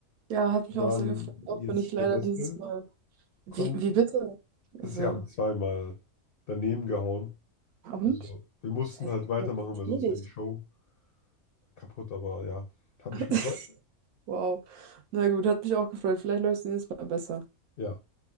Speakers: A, on the right; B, on the left.
A: Ja, hat mich
B: Sie
A: auch
B: waren
A: sehr gefreut, auch
B: jetzt
A: wenn ich
B: nicht
A: leider
B: der Beste.
A: dieses Mal. Wie,
B: Kon
A: wie bitte? Also,
B: sie haben zweimal daneben gehauen.
A: und?
B: Also wir mussten
A: Das heißt,
B: halt
A: ich
B: weitermachen,
A: glaub, das
B: weil
A: ist
B: sonst
A: nicht.
B: wäre die Show kaputt. Aber ja, hat mich
A: <laughs>
B: gefreut.
A: Wow. Na gut, hat mich auch gefreut. Vielleicht läuft es nächstes Mal besser.
B: Ja,